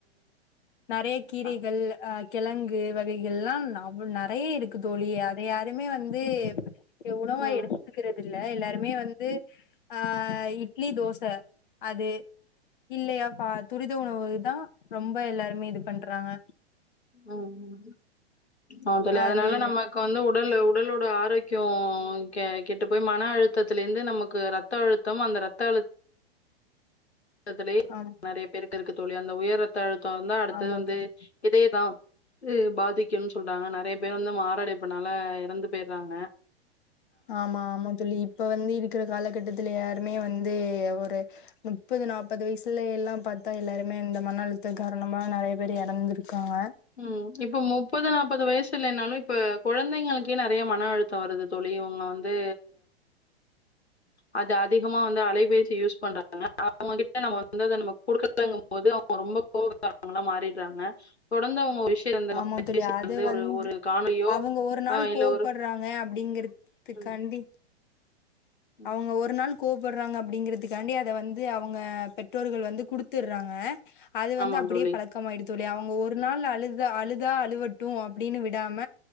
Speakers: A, on the left; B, on the left.
A: நறைய கீரைகள்
B: ம்.
A: அ கெழங்கு வகைகள்லா ந அவள் நற ய இருக்கு
B: ம்.
A: தோழி அத யாருமே வந்து உணவா
B: ம்.
A: எடுத்துக்கறது இல்ல எல்லாருமே வந்து து ஆ இட்லி தோச அது இல்லையா பா துரித உணவுகள் தா ரொம்ப எல்லாருமே இது பண்றாங்க
B: ம் ஆ தோழி அதனால
A: அது
B: நம்ம வந்து உடல்ல உடலோட ஆரோக்கியம் கெ கெட்டு போய் மன அழுத்தத்துலருந்து நமக்கு ர த்த அழுத்தம் அந்த ரத்த அழு த்ததுலயே
A: ஆம்
B: நறய பேருக்கு இருக்கு தோழி அந்த உயரத்த ழுத்தோ இருந்தா அடுத்தது
A: ஆமா
B: வந்து
A: தோழி
B: இதேதா க்கு பாதிக்குனு சொல்றாங்க நறைய பேர் வந்து மாரடைப்புனால இறந்து போயிறாங்க
A: ஆமா ஆமா தோழி இப்ப வந்து இருக்கிற காலகட்டத்துல யாருமே வந்து ஒரு முப்பது நாப்பது வயிஸ் புள்ளைகள்ளா பாத்தா எல்லாருமே இந்த மன அழுந்தம் காரணமா நறய பேர் எறந்துருக்காங்க
B: ம் இப்ப முப்பது நாப்பது வயசு இல்லனாலும் இப்ப கொழந்தைங்களுக்கே நறைய மன அழுத்தோ வருது தோழி இவங்க வந்து அது அதிகமா வந்து அலைபேசி யூஸ் பண்றாங்க ஆ அவங்ககிட்ட நம்ம வந்து அத நம்ம குடுக்கலங்கு போது ரொம்ப கோவக்காரங்களா மாறிட்றாங்க தொடர்ந்து அவங்க விஷ் அந்த
A: ஆமா தோழி அது
B: வ ஒரு
A: வந்து
B: ஒரு காணோளியோ
A: அவங்க ஒரு நாள்
B: ஆ இல்ல
A: கோவப்படுறாங்க
B: ஒரு
A: அப்படிங்கறதுக்காண்டி
B: ம் ம்
A: அவங்க ஒரு நாள் கோவ்படுறாங்க அப்டிங்கறதுக்காண்டி அத வந்து அவங்க பெற்றோர்கள் வந்து குடுத் துறாங்க அது வந்து
B: ஆமா
A: அப்டியே
B: தோழி
A: பழக்கமாய்டு தோழி அவங்க ஒரு நாள் அழுது அழுதா அழுவட்டும் அப்டின்னு விடாம